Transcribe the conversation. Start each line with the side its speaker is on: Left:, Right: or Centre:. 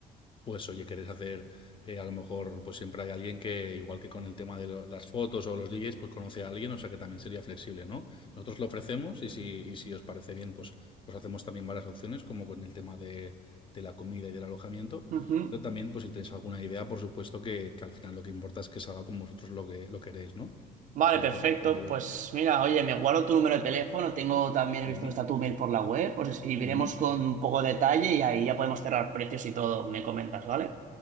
Left: pues oye, querés hacer, eh, a lo mejor, pues siempre hay alguien que, igual que con el tema de lo- las fotos o los DJs, pues conoce a alguien, o sea que también sería flexible, ¿no? Nosotros lo ofrecemos y si, y si os parece bien, pues os hacemos también varias opciones, como con el tema de, de la comida y del alojamiento,
Right: Ujú.
Left: pero también, pues si tenéis alguna idea, por supuesto que, que al final lo que importa es que salga como vosotros lo que lo queréis, ¿no?
Right: Vale,
Left: O sea
Right: perfecto.
Left: que contad con ello.
Right: Pues mira, oye, me guardo tu número de teléfono, tengo también,
Left: Ujú,
Right: he visto que está tu mail por la web, os escribiremos
Left: ujú.
Right: con un poco de detalle y ahí ya podemos cerrar precios y todo, me comentas, ¿vale?